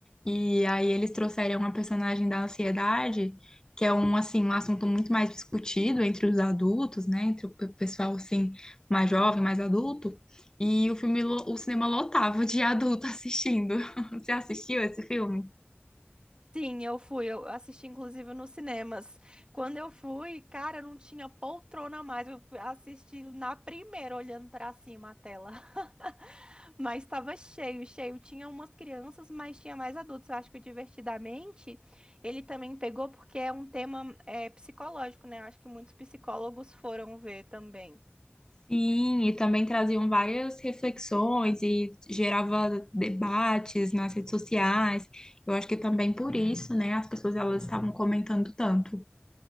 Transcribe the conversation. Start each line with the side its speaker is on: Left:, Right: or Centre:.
Left: e aí eles trouxeram uma personagem da ansiedade, que é um assim, um assunto muito mais discutido entre os adultos, né? Entre o pe- pessoal assim mais jovem, mais adulto. E o filme, lo- o cinema lotava de adulto assistindo. <laughs> Você assistiu esse filme?
Right: Sim, eu fui, eu assisti inclusive nos cinemas. Quando eu fui, cara, não tinha poltrona mais. Eu fui assistir na primeira, olhando pra cima a tela. <laughs> Mas estava cheio, cheio. Tinha umas crianças, mas tinha mais adultos. Eu acho que o Divertidamente ele também pegou porque é um tema é, psicológico, né? Eu acho que muitos psicólogos foram ver também.
Left: Sim, e também traziam várias reflexões e gerava debates nas redes sociais. Eu acho que também por isso, né, as pessoas elas estavam comentando tanto.